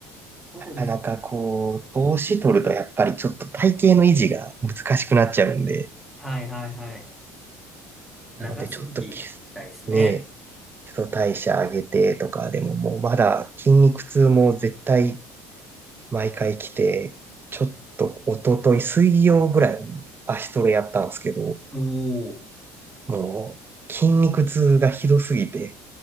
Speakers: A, in the centre; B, on the right.
A: そうです。
B: なかなかこう、投資取るとやっぱりちょっと体型の維持が難しくなっちゃうんで、
A: はいはいはい。
B: なのでちょっとき、
A: 長続きしたいですね。
B: ねえ、基礎代謝上げてとか、でももうまだ筋肉痛も絶対毎回来て、ちょっと一昨日水曜ぐらいに足トレやったんですけど、
A: おお
B: もう筋肉痛がひどすぎて、